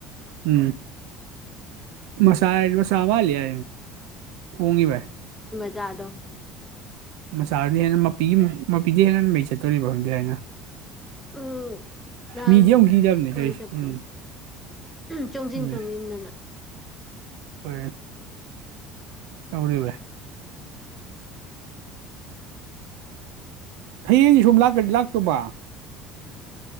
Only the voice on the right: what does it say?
ꯎꯝ ꯃꯁꯥꯁ ꯆꯕꯜ ꯌꯥ ꯀꯣꯡꯉꯤꯕꯥꯏ
ꯃꯆꯥꯗꯨꯗꯤ ꯍꯦꯟꯅ ꯃꯄꯤꯒꯤ ꯃꯄꯤꯗꯤ ꯍꯦꯟꯅ ꯃꯩ ꯆꯠꯇꯣꯔꯤꯕ ꯈꯪꯗ ꯍꯥꯏꯅ
ꯃꯤꯒꯤꯦ ꯍꯧꯈꯤꯖꯕꯅꯦ
ꯇꯁ
ꯎꯝ
ꯎꯝ
ꯍꯣꯏ ꯇꯧꯔꯤꯕ ꯍꯌꯦꯡ ꯁꯨꯝ ꯂꯥꯛꯀꯗꯤ ꯂꯥꯛꯇꯕ